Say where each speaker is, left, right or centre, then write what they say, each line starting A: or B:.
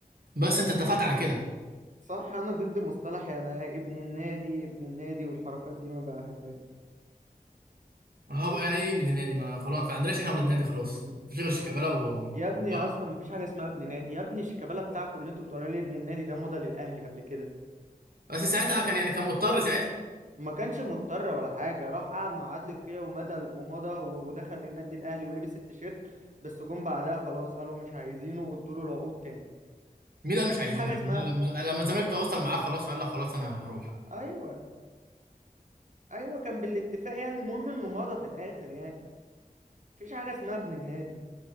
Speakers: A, on the right; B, on the right.
A: بس انت اتفقت على كده
B: صح انا ضد مصطلح يعني إيه، ابن النادي ابن النادي والحركات دي ما بحبهاش
A: ما هو يعني ايه ابن نادي ما خلاص ما عندناش احنا ولاد نادي
B: <laughs>
A: خلاص مفيش غير شيكابالا و
B: يا ابني
A: آه.
B: اصلا مفيش حاجه اسمها ابن نادي يا ابني شيكابالا بتاعكوا اللي انتوا بتقولوا لي ابن النادي ده مضى للاهلي قبل كده
A: بس ساعتها كان يعني كان مضطر ساعتها
B: ما كانش مضطر ولا حاجه راح قعد مع عادل قيعي ومضى ومضى و- ودخل للنادي الاهلي ولبس التيشيرت بس جم بعدها خلاص قالوا مش عايزينه وادوا له العقود تاني
A: مين قال مش
B: مفيش
A: عايزينه
B: حاجه
A: يعني
B: اسمها
A: لما لما الزمالك تواصل معاه خلاص فقال لا خلاص انا هروح
B: ايوه ايوه كان بالاتفاق يعني المهم انه مضى في الاخر يعني مفيش حاجه اسمها ابن النادي